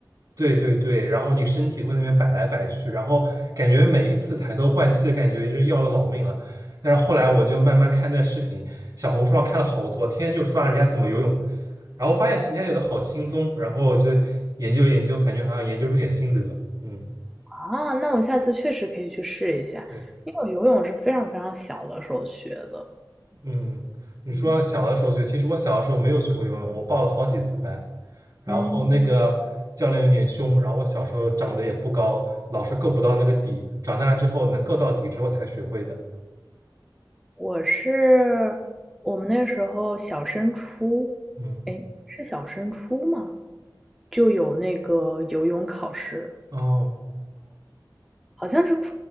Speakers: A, on the right; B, in the centre.
A: 对对对，然后你身体会那边摆来摆去，然后感觉每一次抬头换气，感觉就是要了老命了。但是后来我就慢慢看那视频，小红书上看了好多，天天就刷人家怎么游泳，然后发现人家游的好轻松，然后就研究研究，感觉好像研究出点心得。嗯，
B: 啊。那我下次确实可以去试一下，
A: 对。
B: 因为我游泳是非常非常小的时候学的，
A: 嗯，你说小的时候学，
B: 嗯
A: 其实我小的时候没有学会游泳，我报了好几次班，然后那个教练有点凶，
B: 嗯。
A: 然后我小时候长得也不高，老是够不到那个底，长大之后能够到底之后才学会的。
B: 我是我们那时候小升初，
A: 嗯，
B: 哎，是小升初吗？就有那个游泳考试，
A: 哦，
B: 好像是初，